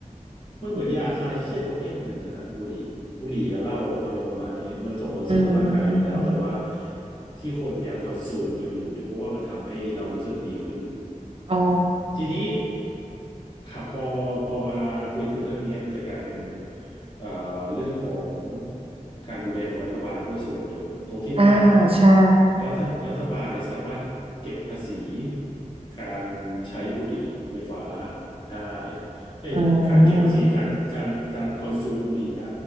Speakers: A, on the left; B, on the right.
A: มันเหมือนยาคลายเครียดประเภทหนึ่งอะฮะบุหรี่อะบุหรี่กับเหล้าอารมณ์ประมาณนี้มันส่งผลเสียต่อร่างกายอยู่แล้วแต่ว่า
B: อืม
A: ที่คนยังคอนซูมกันอยู่เดี๋ยวเพราะว่ามันทำให้เรารู้สึกดีขึ้น
B: อ๋อ
A: ทีนี้ครับพอพอมาคุยถึงเรื่องนี้มันจะกลายเป็น เอ่อเรื่องของการดูแลของรัฐบาลด้วยส่วนหนึ่งตรงที่ว่า
B: อ่าใช่
A: รัฐรัฐบาลเนี่ยสามารถเก็บภาษีการใช้บุหรี่ไฟฟ้าได้เอ้ยการเก็บภาษีการการการคอนซูมบุหรี่ได้
B: อืม